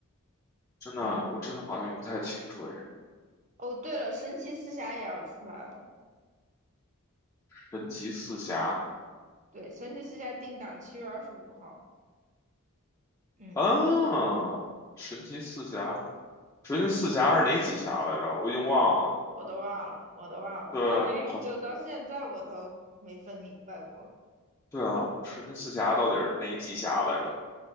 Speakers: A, on the left; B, on the right.
A: 真的，
B: 嗯，
A: 我真的好像不太清楚哎。
B: 哦，对了，《神奇四侠》也要出来了。
A: 神奇四侠
B: 对，《神奇四侠》定档七月二十五号。嗯
A: 啊，神奇四侠，神奇四侠是哪几侠来着？
B: 嗯，
A: 我已经忘了。
B: 我都忘了，我都忘了。
A: 对，
B: 漫威宇宙到现在我都没分明白过，
A: 好，对啊，神奇四侠到底是哪几侠来着？